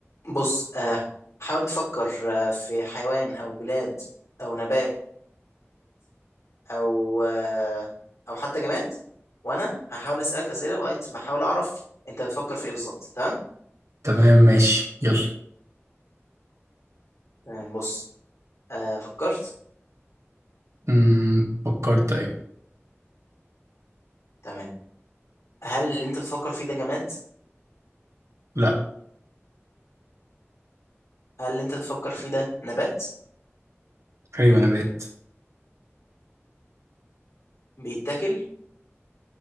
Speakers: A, on the left; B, on the right.
A: بص آه، حاول تفكر آه، في حيوان أو بلاد أو نبات أو آه، أو حتى جماد وأنا هحاول أسألك أسئلة لغاية ما أحاول أعرف أنت بتفكر في إيه بالظبط تمام؟
B: تمام ماشي يلا
A: تمام بص آه، فكرت
B: امم فكرت ايوه
A: تمام هل اللي أنت بتفكر فيه ده جماد؟
B: لا
A: هل اللي أنت بتفكر فيه ده نبات؟
B: ايوه نبات
A: بيتاكل؟